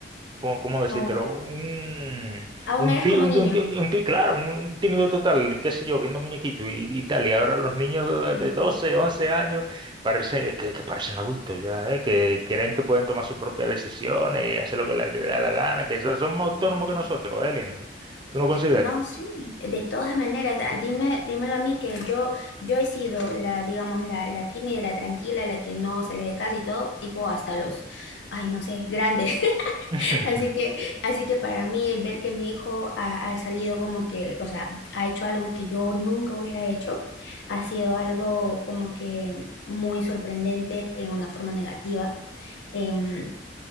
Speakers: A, on the right; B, on the left.
A: ¿Cómo, cómo decírtelo?
B: O-
A: Un,
B: aún
A: un,
B: eres
A: tí-
B: como
A: un,
B: niño.
A: tí- un, tí- un- tí- un tí- claro, un, un tímido total, qué sé yo, viendo muñequitos y, y tal. Y ahora los niños de
B: Imagínate.
A: de 12, 11 años parece, que, que parecen adultos ya, ¿eh? Que creen que pueden tomar sus propias decisiones y hacer lo que la- que les da la gana, que son son más autónomos
B: Mm.
A: que nosotros, ¿eh, Linda? ¿Tú no consideras?
B: No, sí, de todas maneras, ah, dime, dímelo a mí que yo, yo he sido la, digamos, la, la tímida, la tranquila, la que no sale de casa y todo, tipo hasta los, ay, no sé, grandes. <laughs>
A: <laughs>
B: Así que, así que para mí el ver que mi hijo ha, ha salido como que, o sea, ha hecho algo que yo nunca hubiera hecho, ha sido algo como que muy sorprendente en una forma negativa. em,